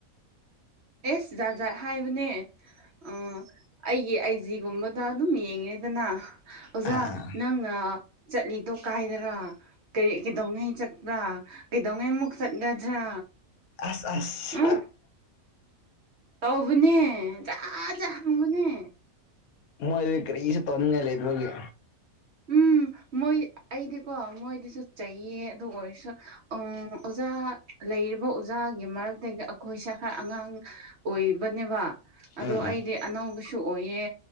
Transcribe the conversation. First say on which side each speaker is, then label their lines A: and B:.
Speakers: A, on the right; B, on the left.
A: ꯑꯦꯁ ꯖꯥꯠ ꯖꯥꯠ ꯍꯥꯏꯕꯅꯦ ꯑꯣ ꯑꯩꯒꯤ ꯑꯥꯏꯖꯤꯒꯨꯝꯕꯗ ꯑꯗꯨꯝ ꯌꯦꯡꯉꯦꯗꯅ ꯑꯣꯖꯥ
B: ꯑꯥ ꯑꯥ
A: ꯅꯪꯅ ꯆꯠꯂꯤꯗꯣ ꯀꯥꯏꯗꯔꯥ ꯀ ꯀꯩꯗꯧꯉꯩ ꯆꯠꯄ꯭ꯔꯥ ꯀꯩꯗꯧꯉꯩꯃꯨꯛ ꯆꯠꯒꯗ꯭ꯔꯥ
B: ꯑꯁ ꯑꯁ
A: ꯎꯝ ꯇꯧꯕꯅꯦ ꯖꯥ ꯖꯥ ꯍꯪꯕꯅꯦ
B: ꯃꯣꯏ ꯑꯗꯨ ꯀꯔꯤꯁꯨ ꯇꯧꯅꯤꯡꯉꯥꯏ ꯂꯩꯇꯕꯒꯤ
A: ꯎꯝ ꯃꯣꯏ ꯑꯩꯗꯤꯀꯣ ꯃꯣꯏꯗꯤꯁꯨ ꯆꯩꯌꯦ ꯑꯗꯨ ꯑꯣꯏꯔꯁꯨ ꯎꯝ ꯑꯣꯖꯥ ꯂꯩꯔꯤꯕ ꯑꯣꯖꯥꯒꯤ ꯃꯔꯛꯇꯒꯤ ꯑꯩꯈꯣꯏꯁꯦ ꯈꯔ ꯑꯉꯥꯡ ꯑꯣꯏꯕꯅꯦꯕ ꯑꯗꯣ
B: ꯎꯝ ꯎꯝ
A: ꯑꯩꯗꯤ ꯑꯅꯧꯕꯁꯨ ꯑꯣꯏꯌꯦ